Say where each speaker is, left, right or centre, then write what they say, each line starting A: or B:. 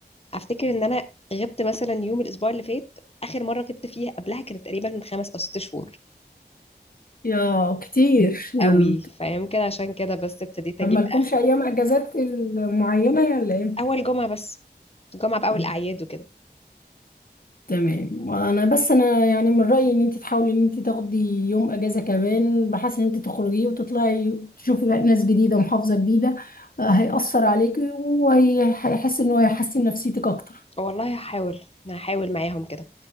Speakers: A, on the left; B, on the left.
A: افتكر ان انا غبت مثلا يوم الاسبوع اللي فات اخر مره غبت فيها قبلها كانت تقريبا من خمس او ست شهور
B: يا كتير يعني
A: قوي فيمكن عشان كده بس ابتديت
B: طب
A: اجيب
B: مالكمش
A: اخر
B: ايام اجازات معينه ولا ايه
A: اول جمعه بس جمعه باول
B: طب
A: الاعياد وكده
B: تمام انا بس انا يعني من رايي ان انت تحاولي ان انت تاخدي يوم اجازه كمان بحيث ان انت تخرجي وتطلعي تشوفي بقى ناس جديده ومحافظه جديده آه، هيأثر عليكي وهيحس انه هيحسن نفسيتك اكتر
A: والله هحاول هحاول معاهم كده